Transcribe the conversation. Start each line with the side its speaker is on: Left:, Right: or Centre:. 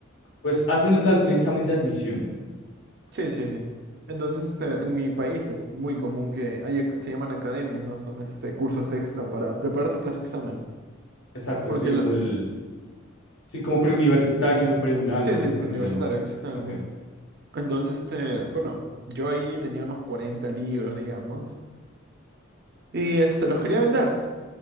Left: pues hacen nunca algún examen de admisión.
Right: Sí, sí, sí. Entonces, este, en mi país es muy común que haya, se llaman academias, ¿no? Son este, cursos extra para prepararte para ese examen.
Left: Exacto,
Right: Porque,
Left: sí,
Right: la-
Left: como el, sí, como preuniversitario, preunal,
Right: sí,
Left: por
Right: sí,
Left: ejemplo,
Right: preuniversitario,
Left: se llama.
Right: exactamente.
Left: Ok,
Right: Entonces, este, bueno, yo ahí tenía unos 40 libros, digamos. Y este, los quería vender,